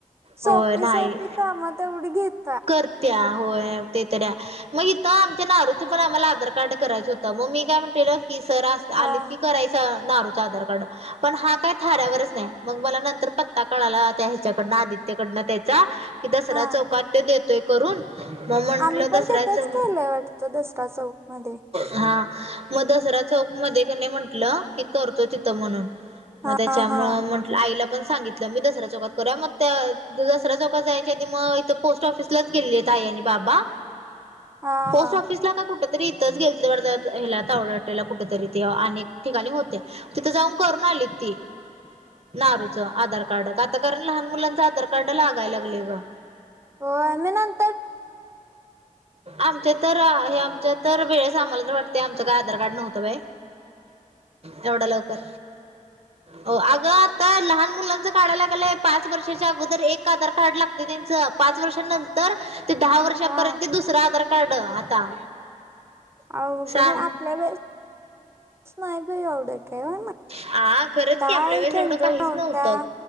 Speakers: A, on the right; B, on the right.
A: सोपी-
B: होय नाही
A: सोपी काम त तेवढी घेत्
B: करत्या होय ते तऱ्या मग हि तं आमच्या नारूच पण आम्हाला आधार कार्ड करायचं होतं, मग मी काय म्हणलेलं की, सर
A: हा
B: आलीत की करायच नारूचा आधार कार्ड, पण हा काय थाऱ्यावरच नाही. मग मला नंतर पत्ता कळाला त्या ह्याच्याकडनं, आदित्यकडनं, त्याचा कि दसरा
A: हा
B: चौकात त्यो देतोय करून, मग म्हंटलं
A: आम्ही
B: दसऱ्या
A: पण तिथंच
B: चौ
A: केलंय वाटतं दसरा चौक मध्ये
B: हा, मग दसरा चौक मध्ये कनी म्हंटलं की, करतो तिथं म्हणून मग
A: हा
B: त्याच्यामुळं
A: हा
B: म्हण टलं, आईला पण सांगितलं मी दसऱ्या चौकात करूया, मग त्या दसऱ्या चौकात जायच्या आधी मग इथ पोस्ट ऑफिसलाच गेलीलीत आई‌ आणि बाबा
A: हा
B: पोस्ट
A: हा
B: ऑफिसला का कु कुठ तरी इथंच गेल वाटतं, ह्याला तावडे हाॅटेला कुठ तरी ते अनेक ठिकाणी होते. तिथं जाऊन करून आलीत ती नारूचं आधार कार्ड आता कारण, लहान मुलांचं आधार कार्ड लागाय लागलय गं.
A: होय मी नं
B: आमच्या तर, हे आमच्या तर वेळेस आम्हाला तर वाटतंय, आमचं काय आधार कार्ड नव्हतं बाई, एवढ्या लवकर. ह अगं आता लहान मुलांचं काढायला लागालय, पाच वर्षाच्या अगोदर एक आधार कार्ड लागतय त्यांचं. पाच वर्षां नंतर, ते दहा वर्षापर्यंत
A: हा
B: दुसरं आधार कार्ड आता.
A: अ
B: सांग
A: का आपल्या वेळेस <unintelligible> नाही बाई एवढं केव ना मग,
B: हा खरंच
A: काय
B: की आपल्या वेळेस
A: झंजट
B: एवढं काहीच
A: नव्हत्या.
B: नव्हतं